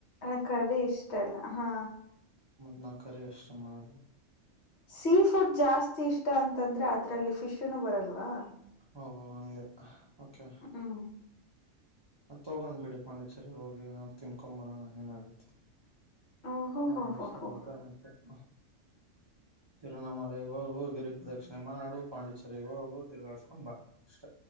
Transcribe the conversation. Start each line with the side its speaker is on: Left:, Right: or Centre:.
Left: ಆ ಕರ ಇಷ್ಟ ಇಲ್ಲ ಹಾ
Right: ಮತ್ತತ್ ನಾ ಕರಿ ಅಷ್ಟ ಮಾಡ
Left: ಸೀ ಫುಡ್ ಜಾಸ್ತಿ ಇಷ್ಟ ಅಂತಂದ್ರೆ ಅದ್ರಲ್ಲಿ ಫಿಶನು ಬರಲ್ವಾ
Right: ಹಓ ಹಂಗ ಓಕೆ
Left: ಹ್ಮ್
Right: ಆ ತುಗೊಂಡ ಬಂದ್ ಬಿಡಿ ಪಾನೀಚ್ ಸರಿ ಹೋಗಿ ಏನ ತಿನ್ಕೊ ಬರೋಣ ಏನಾಗತ್ತೆ.
Left: ಓಹೋ
Right: ಆ
Left: ಹೋ
Right: ಮಿಷ್
Left: ಹೋ ಹೋ
Right: ಹೋದ್ರ ಆತ ತಿರುನಮಲೆಗ ಹೋಗಿ ಹೋಗಿ ಗಿರಿ ಪ್ರದಕ್ಷಿಣೆ ಮಾ ಗು ಪಾಂಡಿಚರಿಗ ಹೋಗು ತಿರ್ಗಾಡಸ್ಕೊಂಡ್ ಬಾ ಅಷ್ಟ.